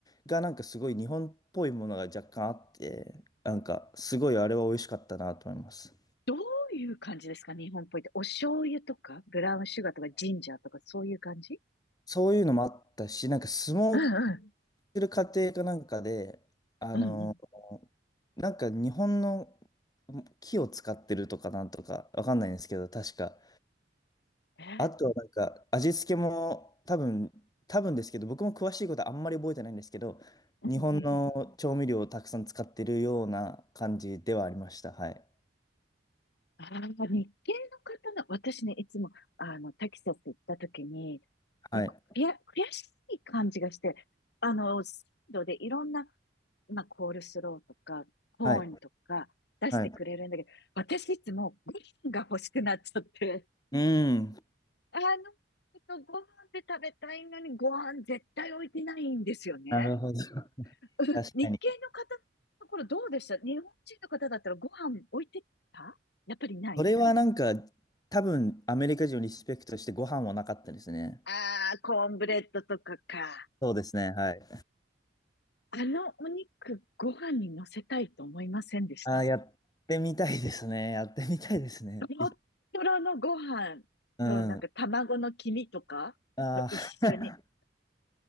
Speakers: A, on the left; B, on the left.
A: がなんかすごい日本っぽいものが若干あって、なんか、すごいあれは美味しかったなと思います。
B: どういう感じですか、日本っぽいって。お醤油とか、ブラウンシュガーとか、ジンジャーとか、そういう感じ
A: そういうのもあったし、なんか相撲
B: うんうん。
A: する過程かなんかで、あの、
B: うんうん。
A: なんか日本の木を使ってるとかなんとかわかんないんですけど、確か。
B: えー
A: あとはなんか味付けも多分、多分ですけど、僕も詳しいことはあんまり覚えてないんですけど、
B: うんうん。
A: 日本の調味料をたくさん使ってるような感じではありました。はい。
B: ああ、日系の方の、私ね、いつも、あの、テキサス行った時に、
A: はい。
B: なんか悔悔しい感じがして、あの、サイドでいろんな、まあ、コールスローとか、コーンとか出してくれるんだけど、
A: はい。はい。
B: 私いつもご飯が欲しくなっちゃって、
A: うん。
B: あの、ちょっとご飯で食べたいのにご飯絶対置いてないんですよね。
A: なるほど。
B: <laughs> うん日系の方のところどうでした日本人の方だったらご飯置いてたやっぱりない
A: 確かに。それはなんか、多分アメリカ人をリスペクトしてご飯はなかったですね。
B: ああー、コーンブレッドとかか。
A: そうですね、はい。
B: あのお肉ご飯に乗せたいと思いませんでした。
A: あーやってみたいですね。やってみたいですね。
B: トロトロのご飯となんか卵の黄身とかと一緒に、
A: いうん。ああ、<laughs>